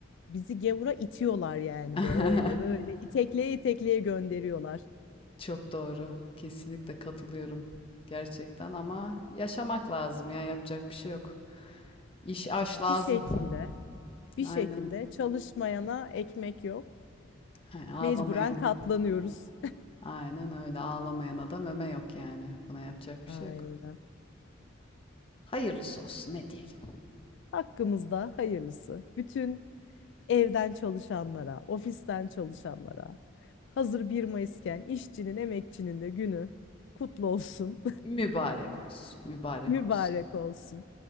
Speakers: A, on the left; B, on the left.
A: Bizi gavura itiyorlar yani
B: <laughs>
A: böyle böyle itekleye itekleye gönderiyorlar.
B: Çok doğru. Kesinlikle katılıyorum. Gerçekten ama yaşamak lazım ya yapacak bir şey yok. İş aş lazım.
A: Bir şekilde bir
B: Aynen
A: şekilde
B: öyle.
A: çalışmayana ekmek yok.
B: Ha, ağlamayana.
A: Mecburen katlanıyoruz.
B: Aynen öyle ağlamayana da meme yok yani. Buna yapacak
A: <laughs>
B: bir
A: Aynen.
B: şey yok. Hayırlısı olsun ne diyelim.
A: Hakkımızda hayırlısı. Bütün evden çalışanlara, ofisten çalışanlara. Hazır bir Mayıs'ken işçinin, emekçinin de günü kutlu olsun,
B: Mübarek olsun. Mübarek
A: <laughs> mübarek
B: olsun.
A: olsun.